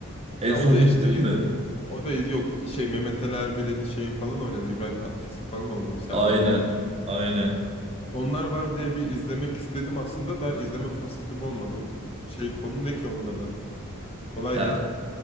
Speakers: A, on the right; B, on the left.
A: En
B: Ya
A: son
B: o da işte
A: gittin mi?
B: iz- o da iz- yok şey Mehmet Ali Erbil'in şeyin falan oynadı. İbrahim Tatlıses'in falan oldu Serdar
A: Aynen.
B: Ortaç.
A: Aynen.
B: Onlar var diye bir izlemek istedim aslında da izleme fırsatım olmadı. Şey konu ne ki onda da? Olay
A: Ya
B: ne?